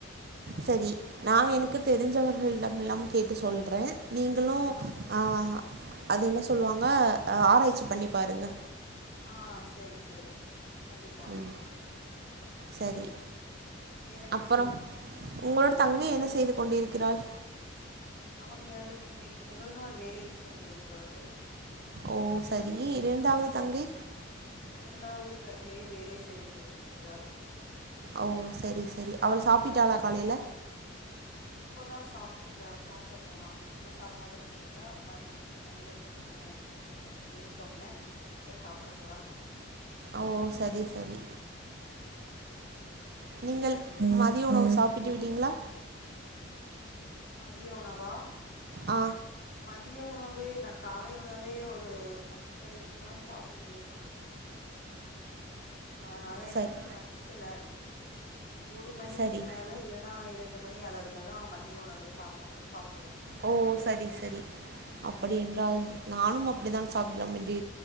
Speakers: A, on the right; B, on the left.
A: செரி நான் எனக்கு தெரிஞ்சவங்களிடலாம் கேட்டு சொல்றேன் நீங்களும்ஹ
B: ஆ சரி
A: அது என்ன சொல் சொல்லுவாங்க ஆராய்ச்சி பண்ணி பாருங்க
B: ஆஹ் சேரி சேரி கண்டிப்பா
A: ம் சரி
B: சேரி வேற என்ன
A: அப்புறம்
B: சொல்லுங்க
A: உங்களோட தங்கை
B: அப்றம்
A: என்ன செய்து கொண்டிருக்கிறாள்
B: அவங்களுக் இன்னைக்கு முதல் நாள் வேலைக்கு சென்றிருக்கிறார்கள்
A: ஓ சரி இண்டாவது தங்கை
B: இரண்டாவது தங்கையும் வேலை செய்து கொண்டிருக்கிறாள்
A: ஓ செரி செரி அவள் சாப்பிட்டாளா காலையில
B: இப்போதா சாப்பிட சாப்பிட போனா என்ன சாப்பாடுன்னு கேட்டா நான் இந்த பண்ணி வச்சிருக்கேன் அப்புடின்னு சொன்னேன் போய் சாப்பிட போறா
A: ஓ சரி சரி
B: உம்
A: நீங்கள் மதிய உணவு சாப்பிட்டு விட்டீங்களா
B: மதிய உணவா
A: ஆ
B: மதிய உணவு நான் காலை உணவே ஒரு பத் தரைக்கு தான் சாப்பிட்டேன் அதனால எனக்கு
A: சரி
B: இன்னும் பசிக்கல ஒரு மணிக்கு
A: சரி
B: மேல இல்லன்னா ரெண்டு மணி அளவுல தான் மத்திய உணவு சாப்பாடு சாப்ப
A: ஓ சரி சரி அப்படி
B: ம்
A: என்றால் நானும் அப்டி தான் சாப்பிடாண்டி